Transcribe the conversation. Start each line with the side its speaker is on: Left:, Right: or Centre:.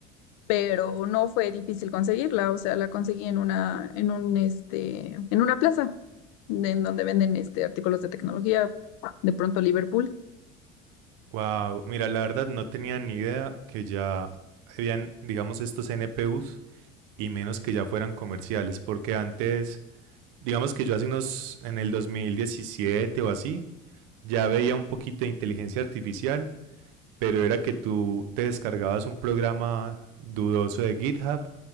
Left: pero no fue difícil conseguirla, o sea, la conseguí en una, en un, este, en una plaza de- en donde venden, este, artículos de tecnología, de pronto Liverpool.
Right: Wow, mira, la verdad no tenía ni idea que ya habían, digamos, estos NPUs y menos que ya fueran comerciales, porque antes, digamos que yo hace unos, en el 2017 o así, ya veía un poquito de inteligencia artificial, pero era que tú te descargabas un programa dudoso de GitHub